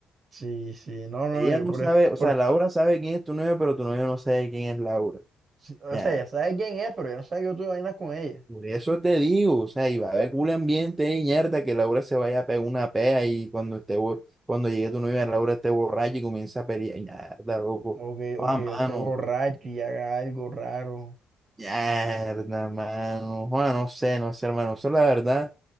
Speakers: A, on the right; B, on the right.
A: Sí, sí. No, no,
B: Ella
A: no, yo
B: no
A: por,
B: sabe, o
A: por
B: sea, Laura sabe quién es tu novia, pero tu novia no sabe quién es Laura.
A: sí, o
B: Ya,
A: sea, ya sabes quién es, pero yo no sé que yo tuve vainas con ella.
B: por eso te digo, o sea, y va a haber culo ambiente y ñerda que Laura se vaya a pegar una pea y cuando esté, bo- cuando llegue tu novia, Laura esté borracha y comienza a pelear. Ñerda, loco.
A: O que,
B: Ah,
A: o que
B: mano.
A: yo esté borracho y haga algo raro.
B: Ñerda, mano. Juan, no sé, no sé, hermano. Eso la verdad.